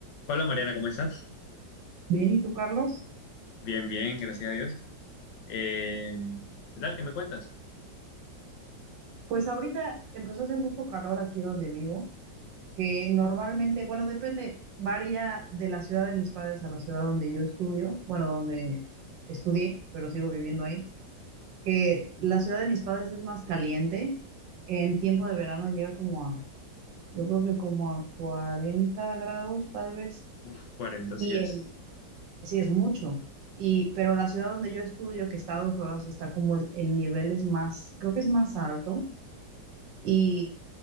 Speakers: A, on the left; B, on the right.
A: Hola Mariana, ¿cómo estás?
B: Bien, ¿y tú, Carlos?
A: Bien, bien, gracias a Dios. Eh, ¿qué tal? ¿Qué me cuentas?
B: Pues ahorita empezó a hacer mucho calor aquí donde vivo, que normalmente, bueno, depende, varía de la ciudad de mis padres a la ciudad donde yo estudio, bueno, donde estudié, pero sigo viviendo ahí, que la ciudad de mis padres es más caliente, en tiempo de verano llega como a, yo creo que como a 40 grados tal vez,
A: Uf, 40, sí
B: y
A: es.
B: en- sí es mucho, y, pero la ciudad donde yo estudio, que está a dos horas, está como el el nivel es más, creo que es más alto. Y